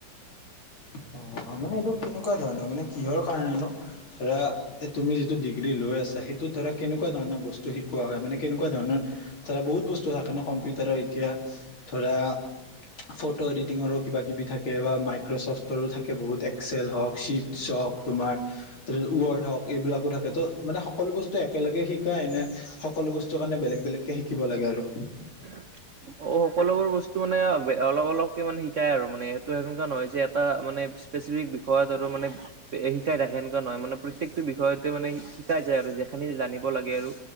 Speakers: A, on the left; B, on the right.
A: অ মানে এইটো কেনেকুৱা ধৰণৰ, মানে কিহৰ কাৰণেনো ধৰা তুমি যিটো ডিগ্ৰী লৈ আছা, সেইটোত ধৰা কেনেকুৱা ধৰণৰ বস্তু শিকোৱা হয় মানে কেনেকুৱা ধৰণৰ ধৰা বহুত বস্তু থাকে ন, কম্পিউটাৰৰ এতিয়া ধৰা ফটো এডিটিঙৰো কিবা কিবি থাকে বা মাইক্ৰ'চফ্টৰো থাকে বহুত এক্সেল হওঁক চ্বিটছ হওঁক তোমাৰ ৱৰ্ড হওঁক এইবিলাকো থাকে ত, মানে সকলো বস্তু একেলগে শিকাই নে সকলো বস্তু কাৰণে বেলেগ বেলেগ কে শিকিব লাগে আৰু
B: <inaudible> অঁ, সকলোবোৰ বস্তু মানে অলপ অলপকে মানে শিকাই আৰু মানে সেইটো সেনেকুৱা নহয় যে এটা মানে স্পেচিফিক বিষয়ত আৰু মানে এ, শিকাই থাকে এনেকুৱা নহয় মানে প্ৰত্যেকটো বিষয়তে মানে শিকাই যায় আৰু যে সেইখিনি জানিব লাগে আৰু